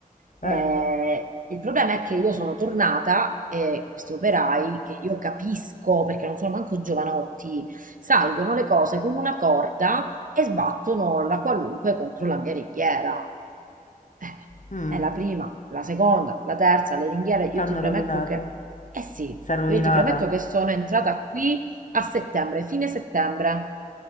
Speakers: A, on the right (about 65°); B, on the left (about 55°).
A: Eh,
B: Eh.
A: il problema è che io sono tornata e questi operai, che io capisco perché non sono manco giovanotti, salgono le cose con una corda e sbattono la qualunque contro la mia ringhiera. Eh,
B: Mm.
A: è la prima, la seconda, la terza, le ringhiere, io
B: T'hanno
A: ti premetto
B: rovinato.
A: che... Eh sì,
B: Sei rovinata?
A: io ti premetto che sono entrata qui a settembre, fine settembre.